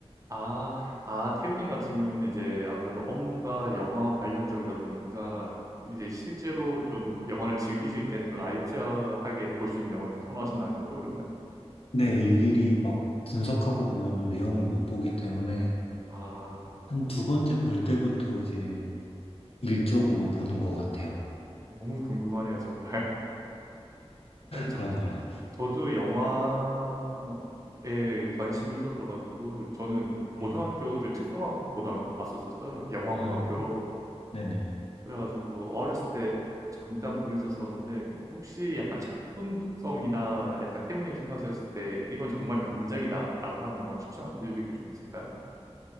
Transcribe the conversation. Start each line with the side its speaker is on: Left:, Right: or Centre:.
Right: 아, 아, 태우님 같은 경우는 이제 아무래도 업무가 영화 관련 쪽이다 보니까 이제 실제로 좀 영화를 즐기실 때는 좀 라이트하게 볼 수 있는 영화를 좀 선호하신다는 거죠, 그러면?
Left: 네, 일일이 막 분석하고 보면은 내용을 못 보기 때문에
Right: 아,
Left: 한 두 번째 볼 때부터 이제 일적으로 보는 것 같아요.
Right: 너무 궁금하네요, 정말. <laughs> 아니, 저,
Left: 그런가요?
Right: 저, 저도 영화에 관심이 있었어가지고 저는
Left: 네.
Right: 고등학교를 특성화 고등학교로 갔었었어요. 영화
Left: 아,
Right: 고등학교로.
Left: 네네.
Right: 그래가지고 어렸을 때 잠깐 보냈었었는데 그럼 혹시 약간 작품성이나 약간 태훈님 생각하셨을 때 이건 정말 명작이다라고 하는 영화 추천해 주실 게 좀 있을까요?